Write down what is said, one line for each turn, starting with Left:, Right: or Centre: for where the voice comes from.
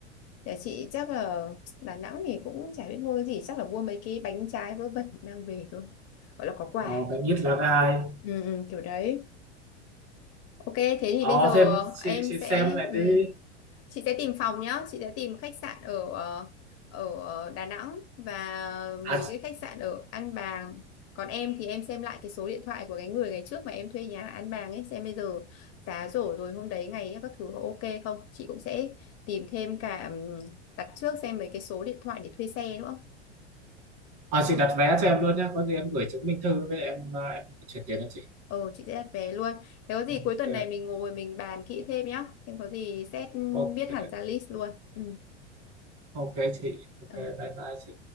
Left: nhà chị chắc là Đà Nẵng thì cũng chả biết mua cái gì chắc là mua mấy cái bánh trái vớ vẩn mang về thôi gọi là có quà
Right: ờ, bánh ít lá gai
Left: ừ, ừ, kiểu đấy ok thế thì
Right: ờ
Left: bây giờ
Right: thêm chị,
Left: em
Right: chị xem
Left: sẽ
Right: lại
Left: ừ,
Right: đi
Left: chị sẽ tìm phòng nhá chị sẽ tìm khách sạn ở ờ, ở ờ, Đà Nẵng và
Right: à,
Left: mấy cái khách sạn ở An Bàng còn em thì em xem lại cái số điện thoại của cái người ngày trước mà em thuê nhà An Bàng ấy xem bây giờ giá rổ rồi hôm đấy ngày ấy các thứ có ok không chị cũng sẽ tìm thêm cả ừm, đặt trước xem mấy cái số điện thoại để thuê xe nữa
Right: ờ, chị đặt vé cho em luôn nhá có gì em gửi chứng minh thư với lại em à, em chuyển tiền cho chị
Left: ờ chị sẽ đặt vé luôn thế có gì
Right: ok
Left: cuối tuần này mình ngồi mình bàn kỹ thêm nhá em có gì xét
Right: ok
Left: biết hẳn ra list luôn ừ.
Right: ok chị ok
Left: Ờ.
Right: bye bye chị